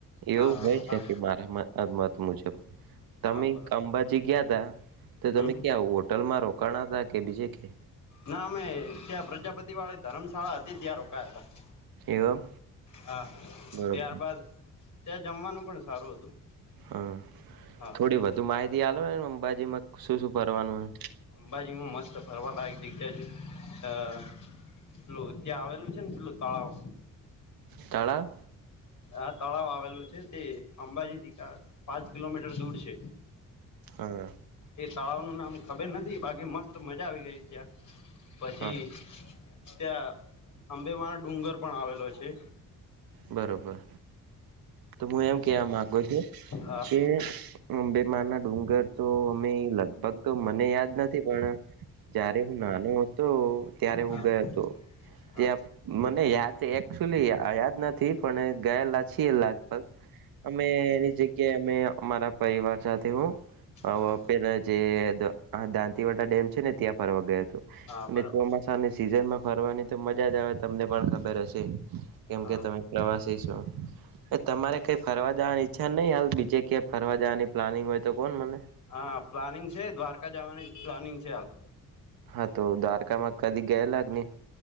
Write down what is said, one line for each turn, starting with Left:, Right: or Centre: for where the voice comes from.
Right: એવું
Left: હા
Right: હોય
Left: હા
Right: શકે મારા મત મુજબ તમે
Left: હા બરોબર
Right: અંબાજી ગયા તા તો
Left: હમ
Right: તમે ક્યાં આવ હોટલમાં રોકાણ હતાા કે બીજે કે.
Left: ના અમે ત્યાં પ્રજાપતિ વાળી ધર્મશાળા હતી ત્યાં રોકાયા હતા.
Right: એવમ
Left: હા
Right: બરોબર
Left: ત્યારબાદ ત્યાં જમવાનું પણ સારું હતું.
Right: હા
Left: હા.
Right: થોડી વધુ માહિતી આવેને અંબાજીમાં શું શું કરવાનું છે.
Left: અંબાજીમાં મસ્ત ફરવાલાાયક દીખ્યા છે અ પેલું ત્યાં આવેલું છે ને પેલું તળાવ
Right: તળાવ.
Left: આ તળાવ આવેલું છે તે અંબાજીથી પાંચ કિલોમીટર દૂર છે.
Right: હા.
Left: એ તળાવ નું નામ ખબર નથી બાકી મસ્ત મજા આવી ગઈ ત્યાં. પછી
Right: હા
Left: ત્યાં આંબે માનો ડુંગર પણ આવેલો છે.
Right: બરોબર તો હું એમ કેવા મામાંગુ
Left: હા
Right: છું કે બેમાર ના ડુંગર તો અમે લગભગ મને યાદ નથી પણ જયારે હું નાનો હતો ત્યારે
Left: હા
Right: હું ગયો હતો.
Left: હા
Right: ત્યાં મને યાદ એકચુલી યાદ નથી. થી પણ ગયેલા છીએ લગભગ. અમે એની જગ્યા અમે અમારા પરિવાર સાથે હું હ
Left: હા
Right: પેલા જે દાંતીવટા ડેમ છે ને ત્યાં ફરવા ગયો હતો.
Left: હા
Right: અને
Left: બરાબર
Right: ચોમાસાની સિઝનમાં ફરવાની તો મજા જ આવે તમને પણ ખબર હશે. કેમ
Left: હા
Right: કે તમે પ્રવાસી છો. તમારે કંઈ ફરવા જવાની ઈચ્છા નહીં હાલ બીજે ક્યાં ફરવા જવાની પ્લાનિંગ હોય તો કોણ મને.
Left: હા પ્લાનિંગ છે દ્વારકા જવાની પ્લાનિંગ છે હાલ
Right: હા તો દ્વારકામાં કદી ગયેલા જ ને.